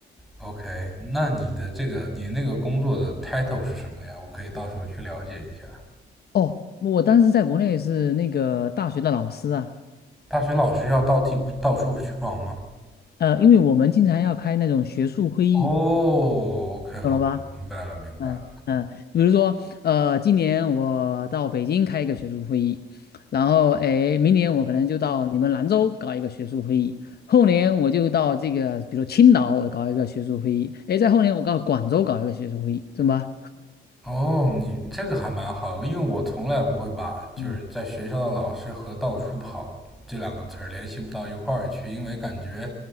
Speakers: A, in the centre; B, on the left.
A: OK，那你的这个你那个工作的 title 是什么呀？我可以到时候去了解一下。
B: 哦，我当时在国内是那个大学的老师啊，
A: 大学老师要到地到处去跑吗？
B: 呃，因为我们经常要开那种学术会议，
A: 哦，OK
B: 懂了吧？
A: OK，明白了明白了。
B: 嗯嗯，比如说，呃，今年我到北京开一个学术会议，然后哎，明年我可能就到你们兰州搞一个学术会议，后年我就到这个，比如说青岛我搞一个学术会议，哎，在后年我到广州搞一个学术会议，懂吧？
A: 哦，你这个还蛮好，因为我从来不会把就是在学校的老师和到处跑这两个词儿联系不到一块儿去，
B: 嗯，
A: 因为感觉